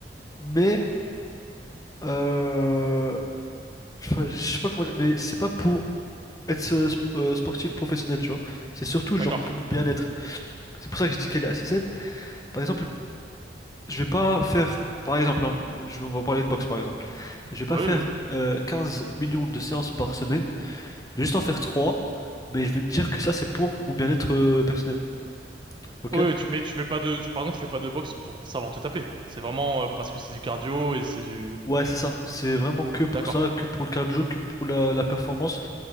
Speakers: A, on the left (about 20°); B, on the right (about 25°).
A: mais euh, enfin, je sais pas comment dire, mais c'est pas pour être euh, sp- euh, sportif professionnel, tu vois. C'est surtout genre
B: d'accord.
A: pour mon bien-être. C'est pour ça que je dis qu'elle est assez saine. Par exemple, je vais pas faire, par exemple, hein, je, on va parler de boxe par exemple, je vais pas
B: Oui,
A: faire
B: oui.
A: euh, 15 millions de séances par semaine Je vais juste en faire trois, mais je vais me dire que ça, c'est pour mon bien-être euh, personnel. Ok?
B: Oui, tu, mais tu fais pas de, tu, par exemple, tu fais pas de boxe pour savoir te taper. C'est vraiment euh, parce que c'est du cardio et c'est du.
A: Ouais, c'est ça. C'est vraiment que pour
B: D'accord.
A: ça, que pour le cardio, que pour la, la performance.